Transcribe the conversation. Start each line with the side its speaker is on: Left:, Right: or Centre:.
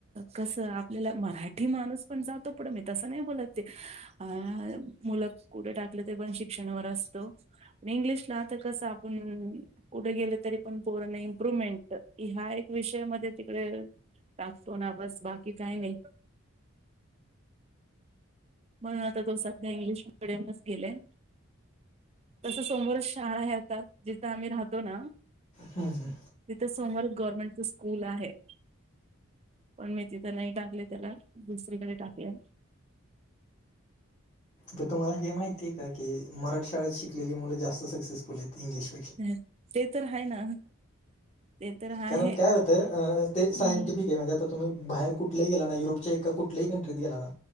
Right: कसं आपल्याला मराठी माणूस पण जातो पुढं मी तसं नाही बोलत आहे अ मुलं कुठे टाकलं ते पण शिक्षणावर असत इंग्लिशला आता कसं आपण कुठे गेलं तरी पण पोरांना इम्प्रुव्हमेंट की हा एक विषय मध्ये तिकड टाकतो ना बस बाकी काय नाही म्हणून आता तो सध्या इंग्लिश मिडियमच गेलाय तस समोरच शाळा आहे आता जिथं आम्ही राहतो ना
Left: हा हा
Right: तिथ समोर गव्हर्नमेंटच स्कूल आहे पण मी तिथं नाही टाकले त्याला दुसरीकडे टाकले
Left: तर तुम्हाला हे माहितीय का की मराठी शाळेत शिकलेली मुलं जास्त सक्सेसफुल आहेत इंग्लिश
Right: हू ते तर आहे ना ते तर आहे.
Left: कारण काय होतं ते सायंटिफिक
Right: हम्म
Left: आहे म्हणजे आता तुम्ही बाहेर कुठलही गेला ना युरोपच्या एका कुठल्याही कंट्रीत गेला ना